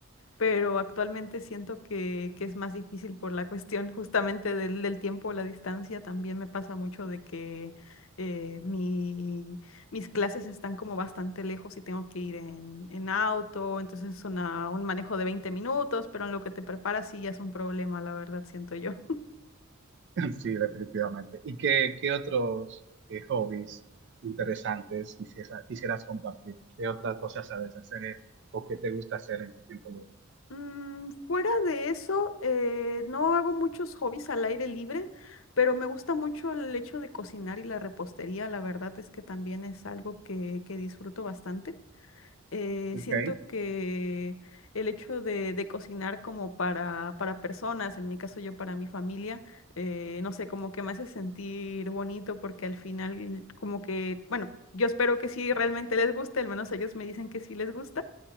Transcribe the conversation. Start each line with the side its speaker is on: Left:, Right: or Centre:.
Left: pero actualmente siento que, que es más difícil por la cuestión justamente del, del tiempo, la distancia. También me pasa mucho de que eh, mi- mis clases están como bastante lejos y tengo que ir en, en auto, entonces es una- un manejo de 20 minutos, pero en lo que te preparas sí ya es un problema, la verdad, siento yo.
Right: <laughs> Sí, definitivamente. ¿Y qué, qué otros eh, hobbies interesantes quisieras, quisieras compartir? ¿Qué otras cosas sabes hacer o qué te gusta hacer en tu tiempo libre?
Left: Mm, fuera de eso, eh, no hago muchos hobbies al aire libre, pero me gusta mucho el hecho de cocinar y la repostería. La verdad es que también es algo que, que disfruto bastante. Eh,
Right: Ok,
Left: siento que el hecho de, de cocinar como para, para personas, en mi caso yo para mi familia, eh, no sé, como que me hace sentir bonito porque al final como que, bueno, yo espero que sí realmente les guste, al menos ellos me dicen que sí les gusta.